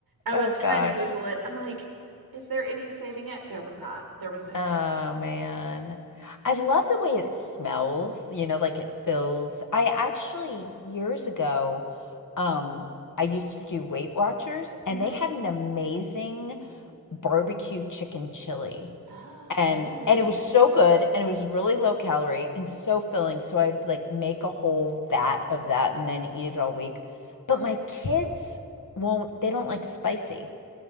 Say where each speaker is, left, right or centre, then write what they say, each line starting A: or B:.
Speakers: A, on the right; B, on the left.
A: i
B: oh
A: was
B: gosh.
A: trying to google it i'm like is there any saving it there was not there was no
B: Oh
A: saving it
B: man. I love the way it smells, you know, like it fills. I actually years ago, um, I used to do Weight Watchers
A: mm-hmm
B: and they had an amazing barbecue chicken chili.
A: Oh,
B: And
A: ooh.
B: and it was so good and it was really low calorie and so filling. So I'd like make a whole vat of that and then eat it all week. But my kids won't, they don't like spicy,